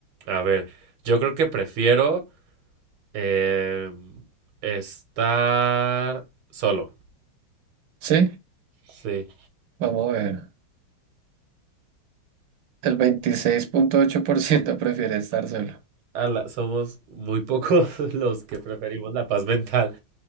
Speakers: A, on the right (about 90°); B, on the right (about 70°).
A: A ver, yo creo que prefiero em, estar solo.
B: Sí,
A: Sí.
B: vamos a ver. El veintiséis punto ocho por ciento prefiere estar solo.
A: ala, somos muy pocos <laughs> los que preferimos la paz mental.